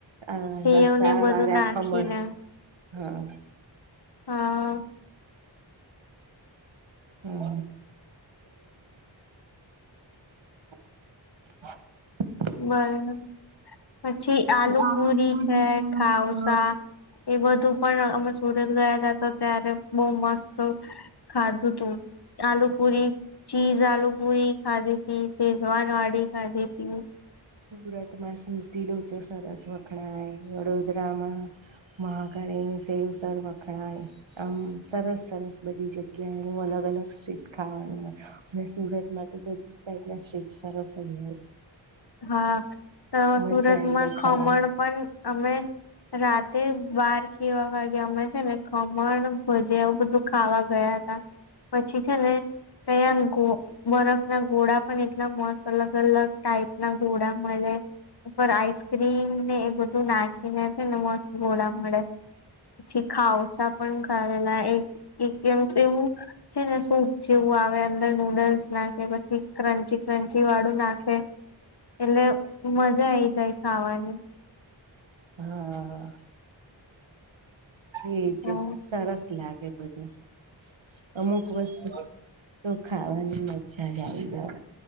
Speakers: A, on the right; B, on the left.
A: હ
B: સેવ
A: રસ્સા
B: ને બધું
A: વાળા
B: નાખીને
A: ખમણ હા
B: હા
A: હમ <inaudible> <unintelligible>
B: બરાબર પછી આલુ
A: આલુપુરી
B: પુરી છે
A: છે
B: ખાઉસા એ બધું પણ અમે સુરત ગયા ત તો ત્યારે બહુ મસ્ત સૌ ખાધું તું આલુ પૂરી ચીઝ આલુ પૂરી ખાધી તી શેઝવાન વાડી ખાધી હતી
A: સુરતમાં સુરતી લોચો સરસ વખણાય વડોદરામાં મહાકાળ એનું સેવ સર વખણાય આમ સરસ સરસ બધી જગ્યા જગ્યા ન અલગ અલગ સ્ટ્રીટ ખાવાનું હોય અને સુરતમાં તો બધી જ ટાઈપ ના સ્ટ્રીટ સરસજ હોય
B: હા તો
A: મજા
B: સુરતમાં
A: આઈ જાય
B: ખમણ
A: ખાવાની
B: પણ અમે રાતે બાર કે એવા વાગે અમે છે ને ખમણ ભજીયા એવું બધું ખાવા ગયા હતા પછી છે ને ત્યાં ગો બરફ ના ઘોડા પણ એટલા મસ્ત અલગ અલગ ટાઈપ ના ગોડા મળે ઉપર આઈસક્રીમ ને એ બધું નાખીને છે ને મસ્ત ગોળા મળે પછી ખાઉસા પણ ખાધેલા એક એમ તો એવું છે ને સૂપ જેવું આવે અંદર નૂડલ્સ નાખે પછી ક્રંચી ક્રંચી વાળું નાખે એટલે મજા આઈ જાય ખાવાની
A: હા હા એજ
B: હા
A: સરસ લાગે બધા અમુક વસ્તુ. તો ખાવાની મજા જ આવી જ જાય